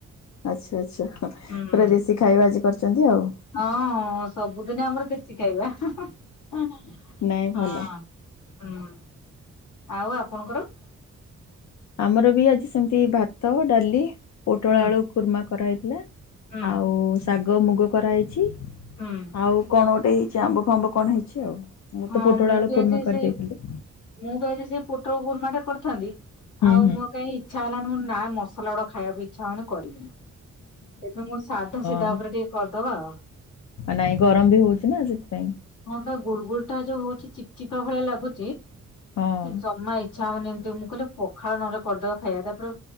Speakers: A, on the left; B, on the left.
A: ଆଛା ଆଛା ପୁରା
B: ହୁଁ
A: ଦେଶୀ ଖାଇବା ଆଜି କରିଛନ୍ତି ଆଉ।
B: ହଁ ସବୁଦିନେ ଆମର କିଛି ଖାଇବା ହଁ
A: ନାଇଁ ଭଲ।
B: ହୁଁ ଆଉ ଆପଣଙ୍କର?
A: ଆମର ବି ଆଜି ସେମିତି ଭାତ ଡାଲି ପୋଟଳ
B: ହୁଁ
A: ଆଳୁ କୁର୍ମା କରାହୋଇଥିଲା।
B: ହୁଁ
A: ଆଉ ଶାଗ ମୁଗ କରାହେଇଛି
B: ହୁଁ।
A: ଆଉ କଣ ଗୋଟେ ଜମ୍ବୁ ଫାମ୍ବୁ କଣ ହେଇଛି ଆଉ ମୁଁ
B: ହଁ
A: ତ ପୋଟଳ ଆଳୁ
B: ବି
A: କୁର୍ମା
B: ଆଜି ସେ
A: କରିଦେଇଥିଲି।
B: ମୁଁ ତ ଆଜି ସେ ପୋଟ ଗୁର୍ମା ଟା କରିଥାନ୍ତି
A: ହୁଁ
B: ଆଉ
A: ହୁଁ
B: ମୋ କାଇଁ ଇଛା ହେଲାନି ମୁଁ ନା ମସଲା ଗୋଡ଼ା ଖାବାକୁ ଇଛା ହଉନି କରିବିନି। ଏଥର ସାଧା
A: ହଁ।
B: ସିଧା ଉପରେ ଟିକେ କରିଦବା ଆଉ।
A: ନାଇଁ ଗରମ ବି ହଉଛି ନା ସେଥିପାଇଁ।
B: ହଁ ପାଇଁ ଗୁଡ ଗୁଳ ଟା ଯୋଉ ହଉଛି ଚିପ ଚିପା ଭଳିଆ ଲାଗୁଛି ସେ
A: ହଁ।
B: ଜମା ଇ ଇଛା ହଉନି ଏମିତି ମୁଁ କହିଲେ ପଖାଳ ନହଲେ କରିଦବା ଖାଇବା ତାପରେ